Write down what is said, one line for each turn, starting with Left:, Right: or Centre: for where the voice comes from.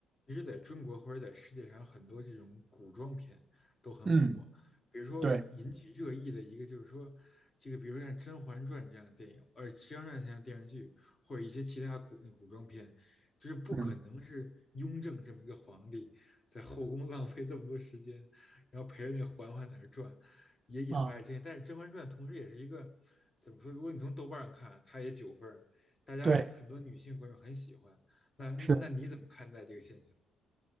Left: 其实在中国或者在世界上，很多这种古装片都很火。
Right: 嗯，
Left: 比如说引起热议的一个就是说，
Right: 对，
Left: 这个比如说像《甄嬛传》这样的电影，呃，《甄嬛传》这样的电视剧，或者一些其他古那古装片，就是不可能是雍正这么一个皇帝在后宫
Right: 嗯
Left: <laughs> 浪费这么多时间，然后陪着那个嬛嬛在那儿转，也引发了争议。
Right: 啊，
Left: 但是《甄嬛传》同时也是一个怎么说？如果你从豆瓣上看啊，它也九分儿大家很多女性观众很喜欢。
Right: 对，
Left: 那那你怎么看待这个现象？
Right: 是，